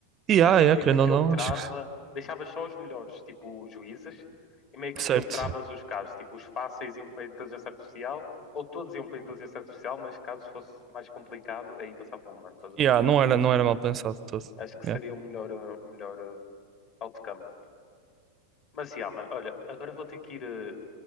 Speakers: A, on the right; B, on the left.
A: Yeah,
B: assim
A: yeah,
B: meio
A: querendo
B: que filtrava,
A: ou não, acho que
B: deixavas só os melhores, tipo, os juízes e meio que
A: certo.
B: filtravas os casos. Tipo, os fáceis iam para a inteligência artificial ou todos iam para a inteligência artificial, mas caso fosse mais complicado, aí passava para o humano.
A: Yeah, não era, não era mal pensado todo.
B: Acho que
A: Yeah.
B: seria o melhor, eh, o melhor eh, outcome. Mas, yeah, mano, olha, agora vou ter que ir eh,